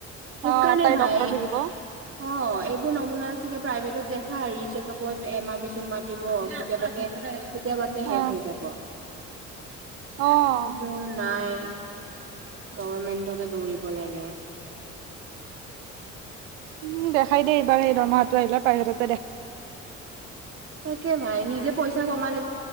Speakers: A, on the right; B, on the right.
A: সেইকাৰণে
B: অ', এটাই
A: ভাই
B: ডক্তৰ থাকিব।
A: অহ এইবোৰ নমুনা বেছিকে প্ৰাইভেটত দেখাই ই চেক আপত এমাহ পিছত মাতি কেতিয়াবাতে কেতিয়া মাতে শেষ
B: অ',
A: হৈ যাব।
B: অ',
A: সেইতো নাই। গভমেন্টতে দৌৰিব লাগে।
B: উম, দেখাই দে এইবাৰ সেই দৰমহাটো আহিলে প্ৰাইভেটত।
A: তাকে ভাই নিজে পইচা কমালে